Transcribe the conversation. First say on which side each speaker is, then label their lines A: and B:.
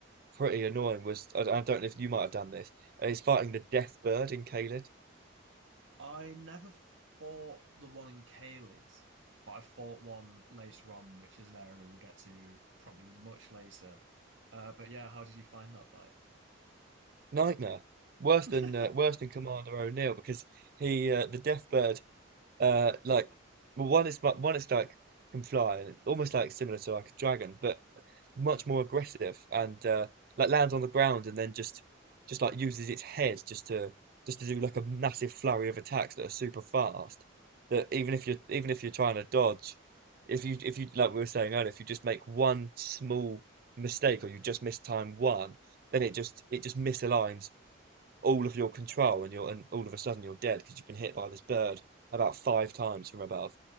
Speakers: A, on the right; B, on the right.
A: pretty annoying, was I, I don't know if you might have done this. Uh, is fighting the Death Bird in Caelid.
B: I never fought the one in Caelid, but I fought one later on, which is an area we'll get to probably much later. Uh, but yeah, how did you find that fight?
A: Nightmare. Worse
B: <laughs>
A: than uh, worse than Commander O'Neill because he uh, the Death Bird uh like well one is one it's like can fly and it's almost like similar to like a dragon, but much more aggressive and uh, like lands on the ground and then just just like uses its head just to just to do like a massive flurry of attacks that are super fast. That even if you're even if you're trying to dodge, if you if you like we were saying earlier, if you just make one small mistake or you just miss time one, then it just it just misaligns all of your control and you're and all of a sudden you're dead because you've been hit by this bird about five times from above.